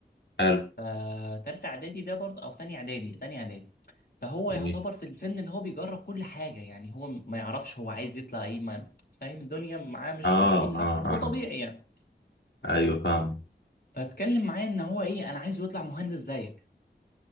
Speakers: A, on the left; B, on the left.
A: قال
B: فتالتة اعدادي ده برضه او تانية اعدادي تانية اعدادي فهو يعتبر
A: ايه
B: في السن اللي هو بيجرب كل حاجة يعني هو ما يعرفش هو عايز يطلع ايه ما فاهم الدنيا معاه مش
A: اه
B: مش واضحة
A: اه
B: وده
A: اه
B: طبيعي يعني
A: ايوه فاهم
B: فاتكلم معايا ان هو ايه انا عايز يطلع مهندس زيك